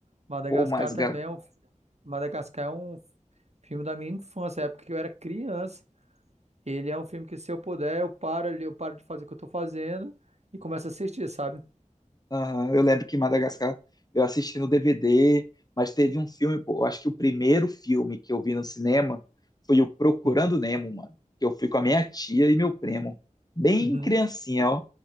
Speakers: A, on the right; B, on the left.
A: Madagascar
B: Pô, mas...
A: também
B: ga-
A: é um Madagascar é um filme da minha infância, época que eu era criança. Ele é um filme que se eu puder, eu paro ali, eu paro de fazer o que eu tô fazendo e começo a assistir, sabe?
B: Aham, eu lembro que Madagascar eu assisti no DVD, mas teve um filme, pô. Eu acho que o primeiro filme que eu vi no cinema foi o Procurando
A: Uhum.
B: Nemo, mano. Que eu fui com a minha tia e meu primo. Bem
A: Uhum.
B: criancinha, ó.